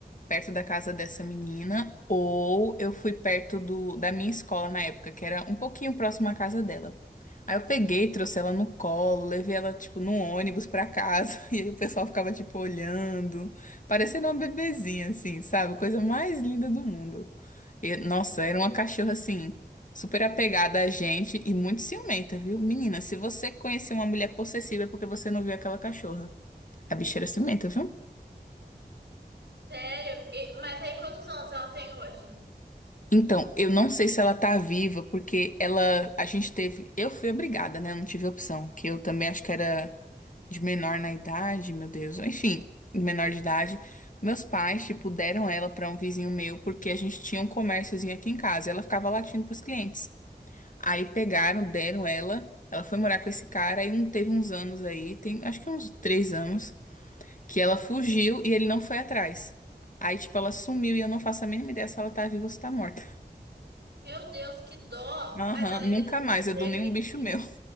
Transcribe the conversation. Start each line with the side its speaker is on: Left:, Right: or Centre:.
Left: perto da casa dessa menina, ou eu fui perto do, da minha escola na época, que era um pouquinho próximo à casa dela. Aí eu peguei, trouxe ela no colo, levei ela, tipo, no ônibus pra casa, <laughs> e aí o pessoal ficava, tipo, olhando, parecendo uma bebezinha, assim, sabe? Coisa mais linda do mundo. E, nossa, era uma cachorra assim, super apegada a gente e muito ciumenta, viu? Menina, se você conhecer uma mulher possessiva é porque você não viu aquela cachorra. A bicha era ciumenta, viu?
Right: Sério? E- mas aí, quantos anos ela tem hoje?
Left: Então, eu não sei se ela tá viva, porque ela, a gente teve, eu fui obrigada, né? Eu Não tive opção, que eu também acho que era de menor na idade, meu Deus. Enfim, menor de idade. Meus pais, tipo, deram ela pra um vizinho meu porque a gente tinha um comérciozinho aqui em casa. E ela ficava latindo pros clientes. Aí pegaram, deram ela. Ela foi morar com esse cara. Aí um, teve uns anos aí, tem acho que uns três anos, que ela fugiu e ele não foi atrás. Aí, tipo, ela sumiu e eu não faço a mínima ideia se ela tá viva ou se tá morta.
Right: Meu Deus, que dó!
Left: Aham,
Right: Mas além
Left: nunca
Right: dela,
Left: mais,
Right: você
Left: eu
Right: teve.
Left: dou nenhum bicho meu.